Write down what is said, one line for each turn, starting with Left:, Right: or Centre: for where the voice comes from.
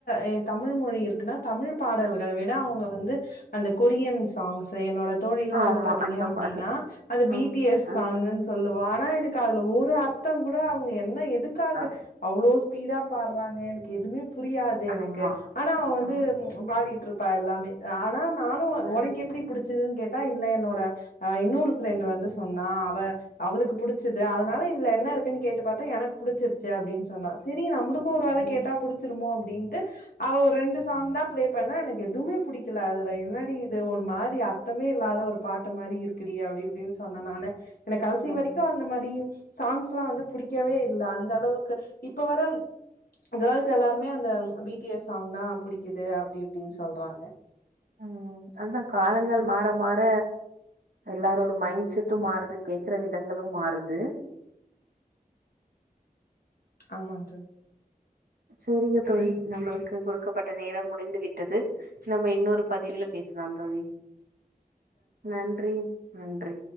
Left: எ தமிழ்மொழி இருக்குன்னா தமிழ் பாடல்கள் விட அவங்க வந்து அந்த கொரியன் சாங்ஸ் என்னோட தோழிலா
Right: ஆமா
Left: வந்து பாத்தீங்க
Right: அந்த
Left: அப்டின்னா
Right: மாரி
Left: அந்த பிடி
Right: ம்
Left: எஸ்
Right: ம்
Left: சாங்ன்னு சொல்லுவா ஆனா எனக்கு அதுல ஒரு அர்த் ர்த்தங்கூட அவங்க என்ன எதுக்காக
Right: ஆ
Left: அவ்ளோ ஸ்பீடா பாட்றாங்க எனக்கு எதுமே புரியாது
Right: ஆமா
Left: எனக்கு ஆனா அவ வந்து
Right: ம்
Left: பாடிட்ருப்பா எல்லாமே ஆனா நானு
Right: ம்
Left: ஒனக்கு எப் ப்டி புடிச்சுதுன் கேட்டா இல்ல என்னோட அ இன்னொரு ஃபிரெண்டு வந்து சொன்னா அவ அவுளுக்கு புடிச் சுது அதனால இதுல என்ன இருக்குன் கேட்டு பாத்தே எனக் புடிச்சிருச்சு அப்டின் சொன்னா சரி நம்ளுக்கு ஒரு வேல
Right: ம்
Left: கேட்டா புடிச்சிருமோ அப்டின்ட்டு அவ ஒரு ரெண்டு சாங் தா தா ப்ளே பண்ணா எனக்கு எதுமே புடிக்கல அதுல என்னாடி இ து ஒரு மாரி அர்த்தமே இல்லாத ஒரு பாட்டு மாரி இருக்கு டி அப்டி இப்டின் சொன்னே நானு எனக் கடைசி
Right: ம்
Left: வரைக்கு அந்த மாரி சாங்ஸ்லா வந்து புடிக்கவே இ இல்ல அந்த அளவுக்கு இப்ப வர கேர்ள்ஸ் எல்லாருமே அந்த பிடிஎஸ் சாங் தா புடிக்குது அப்டி இப்டின் சொல்றாங்க
Right: ம் அதா காலங்கள் மாற மாற எல்லாரோட மைண்ட் செட்டு மாறுது கேக்ற விதங்களு மாறுது
Left: ஆமாங் தோழி
Right: சேரிங்க தோழி நம்முளுக்கு குடுக்கப்பட்ட நேரம் முடிந்து விட்டது நம்ம இன்னொரு பதிவுல பே ஸ்லா தோழி நன்றி நன்றி